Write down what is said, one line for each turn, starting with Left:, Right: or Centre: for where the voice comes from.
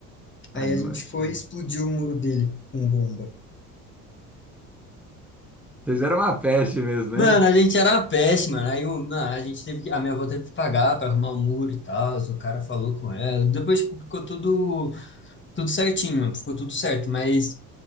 Left: Aí
Centre: Ai, imagina.
Left: a gente foi e explodiu o muro dele com bomba.
Centre: Vocês eram uma peste mesmo,
Left: Mano,
Centre: hein?
Left: a gente era uma peste, mano. Aí um- não, a gente teve que, a minha avó teve que pagar pra arrumar o muro e tal. O cara falou com ela. Depois tipo, ficou tudo tudo certinho, mano. Ficou tudo certo, mas